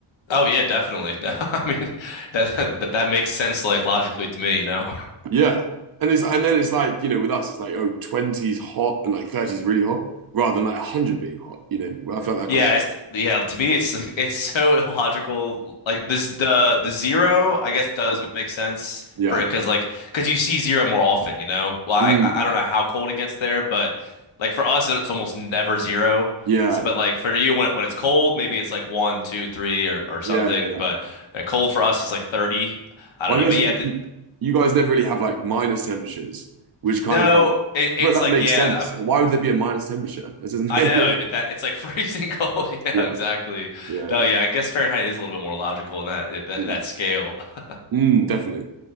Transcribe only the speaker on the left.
Oh yeah, definitely. <laughs> No, I mean that, that that makes sense like logically to me, you know.
Yeah,
it's yeah, to me it's <laughs> like it's so illogical. Like this the the zero I guess does make sense
for it, cause like cause you see zero more often, you know? Well, I
I I don't know how cold it gets there, but like for us it's almost never zero.
So but like for you when it, when it's cold, maybe it's like one, two, three or or something,
but uh, cold for us is like 30. I
don't know.
But yeah,
th
no,
it, it's
like
yeah,
I
know,
but that it's like freezing <laughs> cold. Yeah,
exactly.
No, yeah, I guess Fahrenheit is a little bit more logical in that that,
that scale. <laughs>